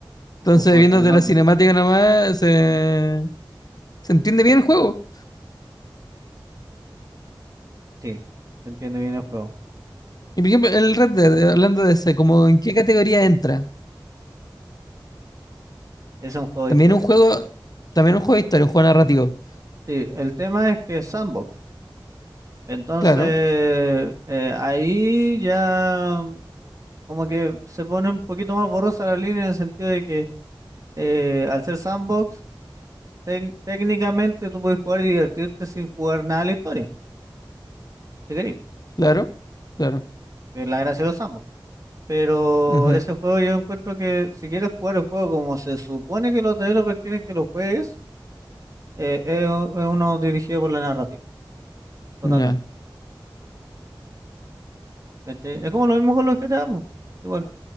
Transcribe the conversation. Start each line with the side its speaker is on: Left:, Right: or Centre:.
Left: Entonces,
Right: esos juegos
Left: viendo
Right: son enormes.
Left: de la cinemática nomás, se, se entiende bien el juego.
Right: Sí, se entiende bien el juego.
Left: Y por ejemplo, el Red Dead, hablando de ese, como en qué categoría entra.
Right: Es un juego de
Left: También
Right: historia.
Left: un juego, también un juego de historia, un juego narrativo.
Right: Sí, el tema es que es sandbox. Entonces,
Left: Claro,
Right: eh, ahí ya como que se pone un poquito más borrosa la línea en el sentido de que eh, al ser sandbox, tec- técnicamente tú puedes jugar y divertirte sin jugar nada de la historia, si querés.
Left: claro, claro.
Right: es la gracia de los sandbox. Pero
Left: Ujú,
Right: ese juego yo encuentro que si quieres jugar el juego como se supone que los developers quieren que lo juegues, eh, es es uno dirigido por la narrativa. Totalmente.
Left: Ya,
Right: ¿cachai? Es como lo mismo con los GTA, po, Igual.